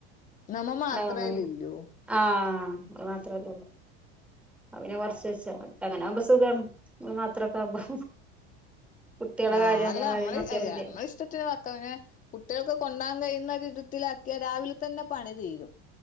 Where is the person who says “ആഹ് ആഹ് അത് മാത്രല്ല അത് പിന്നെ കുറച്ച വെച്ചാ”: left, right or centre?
Centre